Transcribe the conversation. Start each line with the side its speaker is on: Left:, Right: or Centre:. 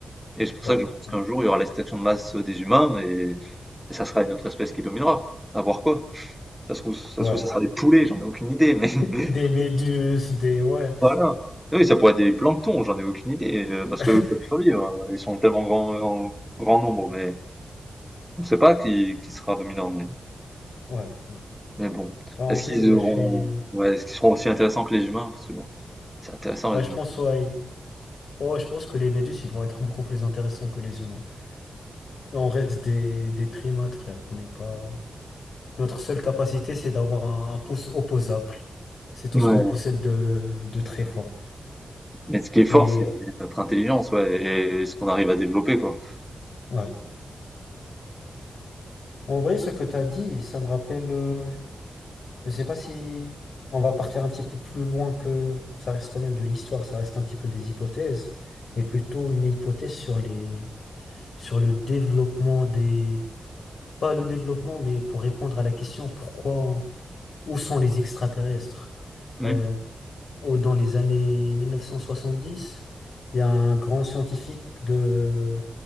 Centre: Et c'est pour
Left: ouais,
Centre: ça que je pense
Left: ouais,
Centre: qu'un jour, il y aura l'extinction de masse des humains, et et ça sera une autre espèce qui dominera. À voir quoi. Ça se trouve, ça
Left: ouais.
Centre: se trouve, ça sera des poulets, j'en ai aucune idée, mais
Left: <laughs>
Centre: <laughs>
Left: Des méduses, des... Ouais,
Centre: voilà. Ah Oui, ça pourrait être des planctons, j'en ai aucune idée, euh, parce
Left: <laughs>
Centre: que eux peuvent survivre. hein. Ils sont tellement grands, en grand nombre, mais on ne sait pas qui, qui sera dominant, mais,
Left: ouais, ouais.
Centre: mais bon.
Left: Ouais, En
Centre: Est-ce
Left: vrai,
Centre: qu'ils
Left: ouais,
Centre: auront,
Left: je suis...
Centre: ouais, est-ce qu'ils seront aussi intéressants que les humains? Parce que bon, c'est intéressant,
Left: Ouais,
Centre: les
Left: je
Centre: humains.
Left: pense, ouais. Oh, je pense que les méduses, ils vont être beaucoup plus intéressants que les humains. On reste des, des primates, frère. On n'est pas... Notre seule capacité, c'est d'avoir un, un pouce opposable. C'est tout
Centre: Mm.
Left: ce
Centre: Ouais.
Left: qu'on possède de, de très fort.
Centre: Mais ce qui est fort,
Left: Et
Centre: c'est notre intelligence, ouais, et ce qu'on arrive à développer, quoi.
Left: ouais. En vrai, ce que tu as dit, ça me rappelle. euh, Je sais pas si on va partir un petit peu plus loin que ça reste quand même de l'histoire, ça reste un petit peu des hypothèses, mais plutôt une hypothèse sur les sur le développement des pas le développement, mais pour répondre à la question pourquoi où sont les extraterrestres? Après,
Centre: Mm.
Left: au- dans les années 1970, il y a un grand scientifique de